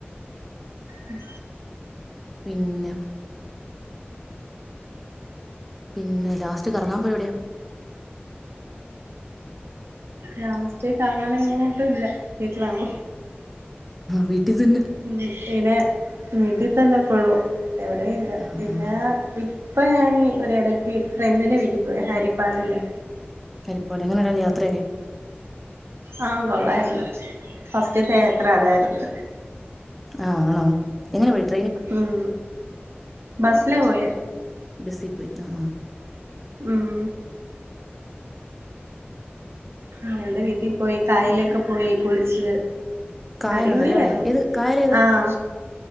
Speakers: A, on the right; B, in the centre.
A: ഉം
B: പിന്നെ പിന്നെ ലാസ്റ്റ് കറങ്ങാൻ പോയ എവിടെയാ
A: ലാസ്റ്റ് കറങ്ങാന് എങ്ങോട്ടും ഇല്ല വീട്ടിലാണ്
B: വീട്ടി തന്നെ
A: ഉം <unintelligible> വിട്ടീ തന്നെ ഫുള്ളും എവിടേം ഇല്ല
B: ആ
A: പിന്നെ
B: ആ
A: ഇപ്പൊ ഞാന് ഒരെട ക്ക് ഫ്രണ്ടിന്റെ വീട്ടി പോയി ഹരിപ്പാടിള്ളെ
B: ഹരിപ്പാട് എങ്ങനെണ്ടായിരുന്നു യാത്രെക്കെ
A: ആഹ് കൊള്ളായിരുന്നു ഫസ്റ്റ്ത്തെ യാത്ര അതായിരുന്നു
B: ആഹ് ആണോ എങ്ങനെ പോയത്
A: ഉം ബസ്സിനാ പോയേ
B: ബസ്സി പോയി ആഹ് ആഹ്
A: ഉം അവളുടെ വീട്ടിൽ പോയി കായലൊക്കെ പോയി കുളിച്ച്
B: കായലുണ്ടല്ലേ
A: അടിപൊളിയായിരുന്നു
B: അവിടെ ഏത് കായൽ ഏതാ
A: ആഹാ